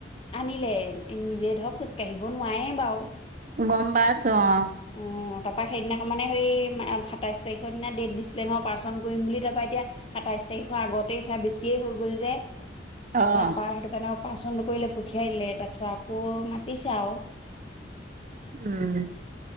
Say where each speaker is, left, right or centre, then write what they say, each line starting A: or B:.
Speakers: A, on the left (about 30°); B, on the right (about 45°).
A: আনিলে নিজে ধৰক খোজ কাঢ়িব নোৱাৰে বাৰু।
B: গম পাইছো অ'।
A: উম। তাপা সেইদিনা মানে সেই মা-সাতাইছ তাৰিখৰ দিনা ডেট দিছিলে নহয় অপাৰেচন কৰিম বুলি তাৰপৰা এতিয়া সাতাইশ তাৰিখৰ আগতে সেয়া বেছিয়ে হৈ গ'ল যে।
B: অ',
A: তাপা সেইটোকাৰণে অপাৰেচন নকৰিলে পঠিয়াই দিলে তাপিছত আকৌ মাতিছে আৰু।
B: উম।